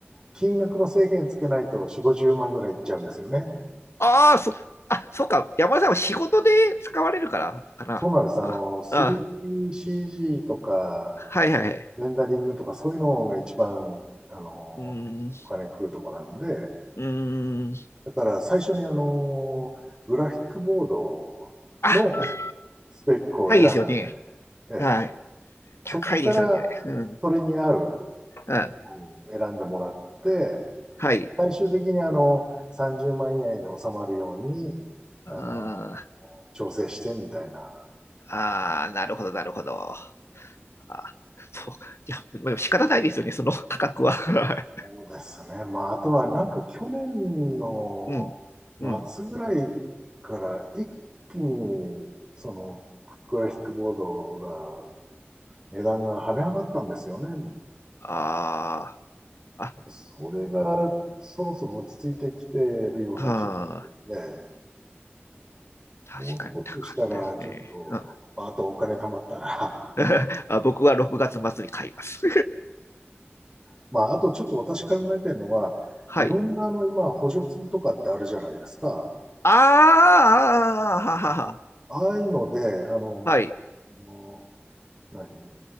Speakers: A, on the right; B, on the left.
A: 金額の制限つけないと4、50万ぐらいいっちゃうんですよね。
B: ああ、そ、あ、そうか。山田さんは仕事で使われるから、かな。
A: そうなんです。あの、
B: あ、
A: 3CG
B: あ、
A: とか、
B: はい、はい、はい。
A: レンダリングとかそういうのが一番、あの、
B: うーん、
A: お金食うとこなんで、
B: うーん。
A: だから最初にあの、グラフィックボードの
B: あ、
A: スペックを選んで、
B: 高いですよね。
A: ええ、
B: はい。高いですよね。
A: そこから
B: うん、
A: それに合う
B: うん。
A: のを選んでもらって、
B: はい。
A: 最終的にあの、30万以内に収まるように、
B: あ
A: あの、
B: ー
A: 調整してみたいな。
B: あー、なるほど、なるほど。あそう。いや、までも仕方ないですよね、その価格は。<laughs>
A: そうですね。まあ、あとはなんか去年の
B: うん。うん。
A: 末ぐらいから一気に、その、グラフィックボードが値段が跳ね上がったんですよね。
B: ああ、
A: それがそろそろ落ち着いてきてるような気もするんで、
B: あ、あー、
A: もう少ししたらちょっと、
B: 確かに高かったですね。うん、
A: まあとお金貯まったら、
B: <laughs> あ僕は6月末に買います。
A: <laughs> まああとちょっと私考えてるのは、
B: <laughs> はい。
A: いろんなあの今補助金とかってあるじゃないですか。
B: ああははは。
A: ああいうので、あの、
B: はい。
A: もう何